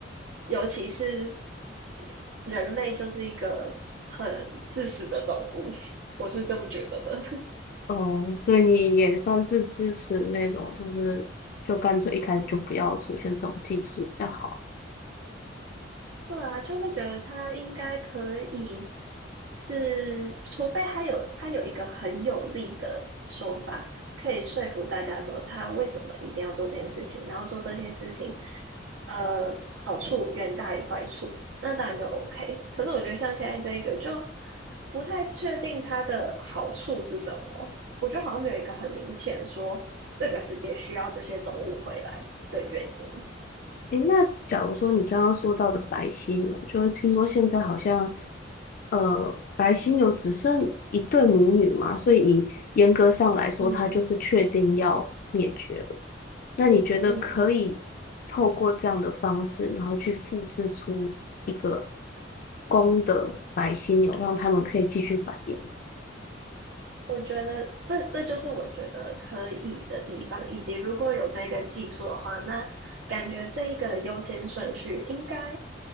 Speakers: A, on the right; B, on the left.
A: 尤其是人类就是一个很自私的动物，我是这么觉得的。<laughs>
B: 哦，所以你也算是支持那种，就是就干脆一开始就不要出现这种技术比较好。
A: 对啊，就会觉得他应该可以是，除非他有他有一个很有力的说法，可以说服大家说他为什么一定要做这件事情，然后做这件事情呃，好处远大于坏处，那当然就 OK。可是我觉得像现在这一个，就不太确定它的好处是什么。我觉得好像没有一个很明显说这个世界需要这些动物回来的原因。
B: 诶，那假如说你刚刚说到的白犀牛，就是听说现在好像，呃，白犀牛只剩一对母女嘛，所以以严格上来说，
A: 嗯
B: 它就是确定要灭绝了。那你觉得可以透过这样的方式，
A: 嗯。
B: 然后去复制出一个公的白犀牛，让它们可以继续繁衍？
A: 我觉得这这就是我觉得可以的地方，以及如果有这个技术的话，那感觉这一个的优先顺序应该